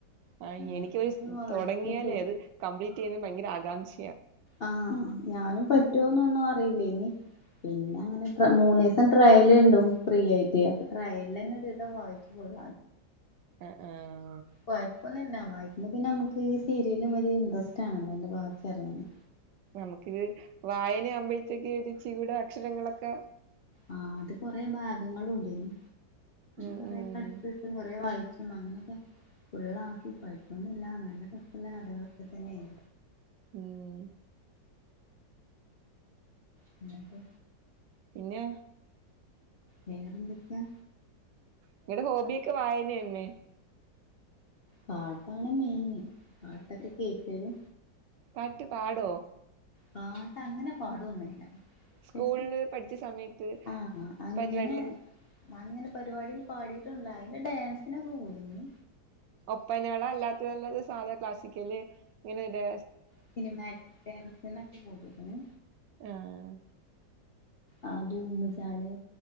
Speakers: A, on the right (about 75°); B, on the left (about 50°).
A: ആ
B: അങ്ങനൊക്കെ
A: എനിക്കൊരു സ്
B: വായിക്കും
A: തുടങ്ങിയാലേ അത് കംപ്ലീറ്റ് ചെയ്യുന്ന ഭയങ്കര ആകാംക്ഷ
B: ആഹ് ഞാനും പറ്റുവൊന്നൊന്നും അറിയില്ല ഇനി പിന്നെ അങ്ങനെ മൂന്നീസം ട്രയൽ ഉണ്ടും ഫ്രീ ആയിട്ട് അപ്പൊ ട്രയലന്നെ ഒര് വിധം വായിച്ച് കൊ <unintelligible>
A: എ ആഹ്
B: കൊയപ് പൊന്നില്ല. വായിക്ക്മ്പോ പിന്നെ നമ്മക്ക് ഈ സീരിയലും ഒര് ഇൻട്രസ്റ്റ് ആണല്ലോ. അയ്ൻ്റെ ബാക്കി അറ്യാന്
A: നമുക്കിത് വായന ആകുമ്പഴ്ത്തേക്ക് ഒരിച്ചിരൂടെ അക്ഷരങ്ങളൊക്കെ
B: ആഹ് അത് കൊറെ ഭാഗങ്ങളുംണ്ടേ നി.
A: ഉം
B: കൊറേ
A: ഉം
B: കട്ട് <unintelligible> കൊറെ വായി ച്ചും അങ്ങനെയൊക്കെ ഫുള്ളാക്കി. കൊഴ്പ്പൊന്നില്ല. നല്ല രസള്ള കഥകളൊക്കെ തന്നേനു
A: ഉം
B: പിന്നെപ്പോ
A: പിന്നെ
B: വേറെന്തൊക്കെയാ
A: നിങ്ങളടെ ഹോബിയൊക്കെ വായനന്നെ?
B: പാട്ടാണ് മെയിന് പാട്ടൊക്കെ കേക്കല്
A: പാട്ടു പാടോ
B: പാട്ട് അങ്ങനെ പാടൊന്നുല്ല
A: സ്കൂളില്
B: പക്ഷെ
A: പഠിച്ച സമയത്ത്
B: ആഹ് അങ്ങനെ
A: പരിപാടി ലൊന്നും
B: അങ്ങനെ പരിപാടിയിൽ പാടിയിട്ടുണ്ട്. അതിന്റെ ഡാൻസിനൊക്കെ കൂടേനി
A: ഒപ്പനെളല്ലാത്തല്ലാത സാധാ ക്ലാസിക്കല് ഇങ്ങനെ ഡാ
B: പിന്നെ മാത്ട്ടാൻസിനൊക്കെ കൂടീക്ക്ണ്
A: ആഹ്
B: അ ദൂംചാല്